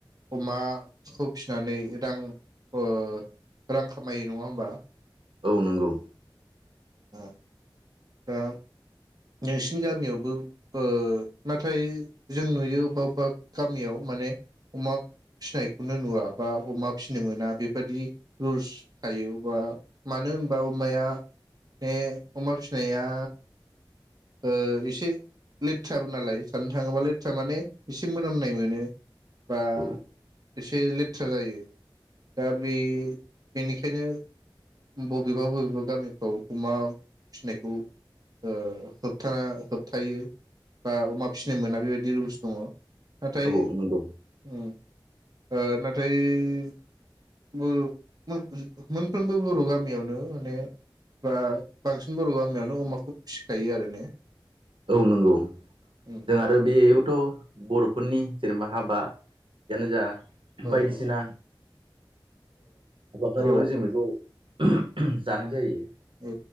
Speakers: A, on the right; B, on the right.
A: अमाखौ फिनानै रां ओ रां खामायो नङा होमबा
B: औ नंगौ
A: <unintelligible> दा नोंसिनि गामियावबो ओ नाथाय जों नुयो अबेबा अबेबा गामियाव माने अमा फिनायखौनो नुवा बा अमा फिनो मोना बेबादि रुल्स थायो अबा मानो होनबा अमाया बे अमा फिनाया ओ एसे लेथ्राबो नालाय साननो थाङोबा लेथ्रा माने एसे मोनामनाय मोनो बा
B: औ
A: एसे लेथ्रा जायो दा बे बेनिखायनो बबेबा बबेबा गामिफ्राव अमा फिनायखौ ओ होबथाना होबथायो बा अमा फिनो मोना बेबायदि रुल्स दङ। नाथाय
B: औ नंगौ
A: उम ओ ना फ्राय <inaudible> मोनफ्रोमबो बर गामियावनो माने बा बांसिन बर गामियावनो अमाखौ फिसिखायो आरो ने
B: औ नंगौ
A: उम
B: जों आरो बेयावथ बरफोरनि जेनबा हाबा यानो जा
A: औ
B: बायदिसिना
A: औ
B: हाबाफारियावनो
A: औ
B: जों बेखौ जानाय जायो।
A: औ